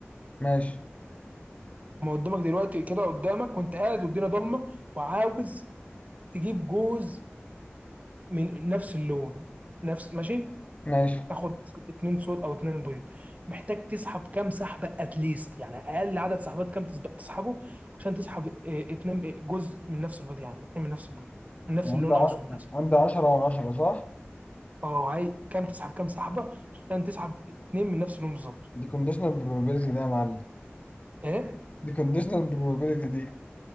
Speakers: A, on the left; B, on the right.
A: ماشي
B: ما قدامك دلوقتي كده قدامك وانت قاعد والدنيا ضلمه وعاوز تجيب جوز من نفس اللون نفس ماشي
A: ماشي
B: تاخد مثلا اتنين صوت او اتنين بيض محتاج تسحب كام سحبه اتليست يعني اقل عدد سحبات كام تسبق تسحبه عشان تسحب اه، اتنين اه، جزء من نفس البيض يعني اتنين من نفس البيض من نفس
A: عندي
B: اللون
A: ع-
B: اقصد من نفس
A: عندي 10 و10 صح
B: اه عايز كام تسحب كام سحبه عشان تسحب اتنين من نفس اللون بالظبط
A: دي كونديشنال بروبابيلتي ده يا معلم
B: ايه
A: دي كونديشنال بروبابيلتي دي